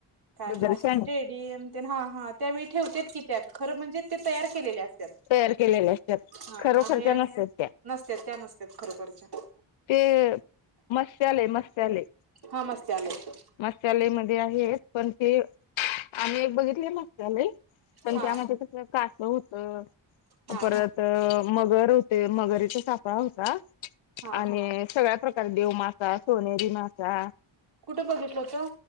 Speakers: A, on the right; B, on the left.
A: काय
B: वगैरे
A: म्हणत
B: सांग
A: स्टेडियम ते हा, हा त्यावेळी ठेवण्यात की त्यात खरं म्हणजे ते तयार केलेले असत्यात.
B: तयार केलेल्या असतात.
A: हा
B: खरोखरच
A: आहे
B: नसतात
A: अस
B: त्या,
A: नसत्यात त्या, नसत्यात खरोखरच्या.
B: ते मस्यालय मस्यालय.
A: हा मस्त आलंय
B: मसाले मध्ये आहे पण ते, आम्ही एक बघितले मसाले. पण
A: हा
B: त्यामध्ये कस कासव होतं.
A: हा
B: परत मगर होते. मगरीचा सापळा होता.
A: हा
B: आणि सगळ्या प्रका कलदेव मासा, सोनेची मासा
A: कुठं बघितलं होतं